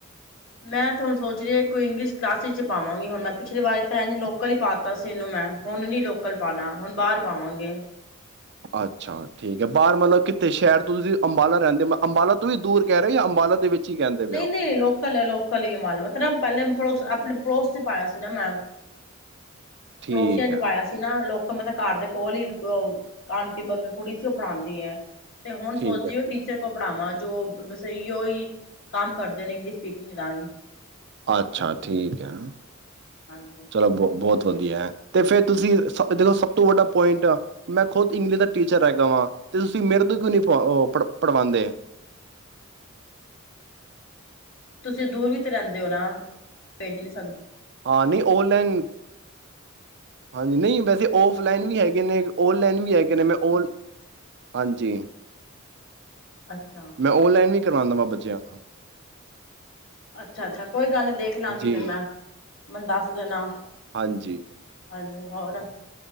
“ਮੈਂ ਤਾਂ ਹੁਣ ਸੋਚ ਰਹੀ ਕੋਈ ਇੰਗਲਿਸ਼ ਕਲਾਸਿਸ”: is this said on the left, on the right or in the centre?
Left